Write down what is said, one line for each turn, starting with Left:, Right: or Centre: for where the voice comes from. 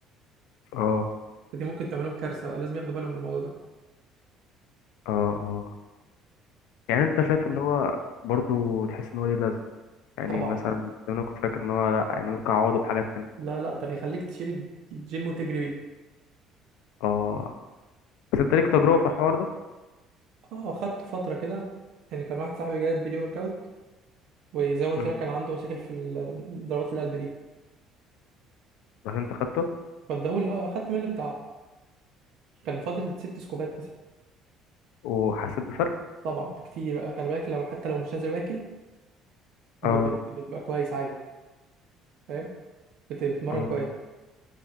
Left: اه
Right: فدي ممكن تعمل لهم كارثه بقى لازم ياخدوا بالهم من الموضوع ده
Left: اه اه يعني انت شايف ان هو برضو تحس ان هو ليه لازمه يعني
Right: طبعا
Left: مثلا لو انا كنت فاكر ان هو لا يعني ممكن اعوضه بحاجات تانية
Right: لا لا ده بيخليك تشيل الج- الجيم وتجري بيه
Left: اه بس انت ليك تجربه في الحوار ده
Right: اه خدت فترة كده يعني كان واحد صاحبي جايب بري ورك اوت وزي ما قلت
Left: امم
Right: لك كان عنده مشاكل في ال- ضربات القلب دي
Left: بس انت خدته
Right: فادهوني اه اخدت منه بتاع كان فاضل ست سكوبات مثلا
Left: وحسيت بفرق
Right: طبعا بكتير بقى خلي بالك لما حتى لو مش نازل واكل ب-
Left: اه
Right: بت- بتبقى كويس عادي فاهم بت- بتتمرن
Left: اه
Right: كويس